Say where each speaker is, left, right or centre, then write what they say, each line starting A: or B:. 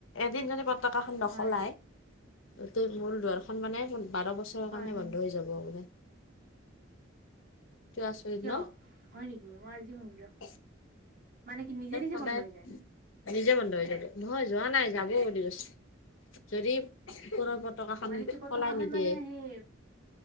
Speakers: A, on the left; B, on the right.
A: এদিন যদি কা টটখন নচলাই
B: হয়
A: <unintelligible> গটেই মোৰ দুৱাৰখন মানে বাৰ বছৰৰ
B: হয়
A: কাৰণে
B: হয়
A: বন্ধ হৈ যাব বলে আচৰিত
B: কিয়
A: ন
B: হয় নেকি মই আজি শুনিলো।
A: অ
B: মানে কি নিজে নিজে
A: সদায়
B: বন্ধ হৈ যায়
A: নিজে বন্ধো হৈ থাকে নহয় যোৱা নাই যাব বুলি কৈছ যদি ওপৰৰ পতাকাখন
B: মানে কি পতকা
A: সলাই
B: খন
A: নিদিয়ে
B: মানে সেই